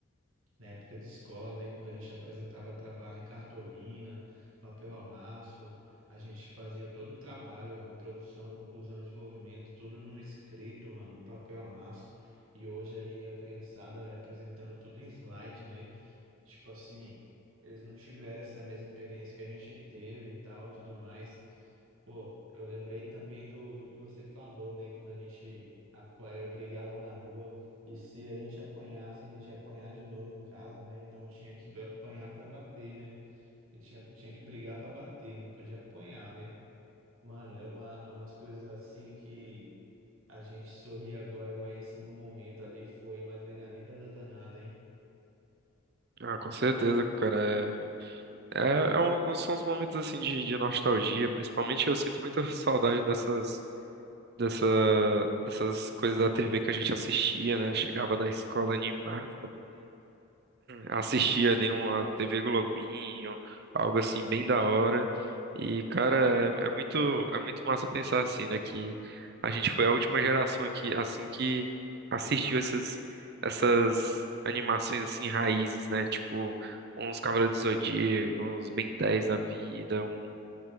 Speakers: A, on the right; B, on the right.
A: na época de escola, né, quando a gente apresentava trabalho em cartolina, papel amasso, a gente fazia todo o trabalho, introdução, conclusão, desenvolvimento, tudo no escrito, mano, no papel amasso. E hoje aí a criançada apresentando tudo em slide, né? Tipo assim, eles não tiveram essa mesma experiência que a gente teve e tal, tudo mais. Pô, eu lembrei também do, do que você falou, né? Quando a gente apo- eh, brigava na rua e se a gente apanhasse, a gente ia apanhar de novo em casa, né? Então tinha que apanhar para bater, né? E tinha, tinha que brigar para bater, não podia apanhar, né? Mano, é uma, é umas coisas assim que a gente sorri agora, mas no momento ali foi uma adrenalina danada, hein?
B: Ah, com certeza, cara. É, é, é um- um, são uns momentos assim de, de nostalgia, principalmente eu sinto muita saudade dessas, dessa, dessas coisas da TV que a gente assistia, né? Chegava da escola animado, assistir ali uma TV Globinho, algo assim bem da hora. E, cara, é, é muito, é muito massa pensar assim, né? Que a gente foi a última geração que, assim, que assistiu essas, essas animações, assim, raízes, né? Tipo, uns Cavaleiros do Zodíaco, uns Ben 10 da vida, um,